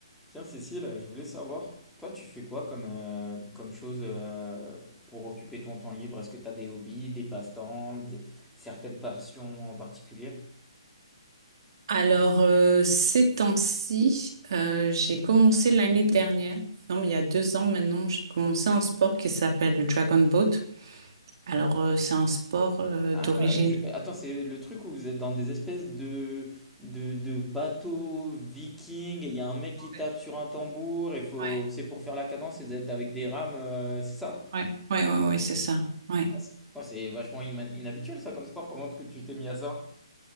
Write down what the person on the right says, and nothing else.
Alors, euh, ces temps-ci, euh, j'ai commencé l'année dernière, non, mais il y a deux ans maintenant, j'ai commencé un sport qui s'appelle le Dragon Boat. Alors, euh, c'est un sport euh,
d'origine.
Ouais,
ouais,
ouais, ouais, ouais, ouais, c'est ça. Ouais.